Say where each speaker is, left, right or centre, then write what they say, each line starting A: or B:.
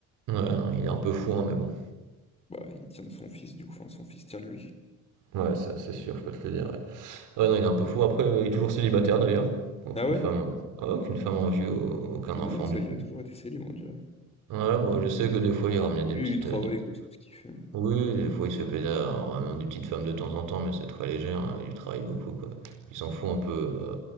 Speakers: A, on the right; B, on the left.
A: Ouais, non, il est un peu fou, hein, mais bon.
B: Bah, il tient de son fils, du coup, enfin, son fils tient de lui.
A: Ouais, ça, c'est sûr, je peux te le dire. Ouais. Ouais, non, il est un peu fou. Après, euh, il est toujours célibataire d'ailleurs. Aucune
B: Ah ouais?
A: femme, euh, aucune femme en vue, au- aucun
B: C'est
A: enfant
B: dingue, ça,
A: du coup.
B: il a toujours été célèbre, on dirait.
A: Ouais, bon, je sais que des fois, il ramenait des
B: Lui,
A: petites,
B: il travaille,
A: euh, des
B: quoi, c'est tout ce qu'il fait.
A: Oui, oui, des fois il se fait plaisir en ramenant des petites femmes de temps en temps, mais c'est très léger, hein, il travaille beaucoup, quoi. Il s'en fout un peu euh,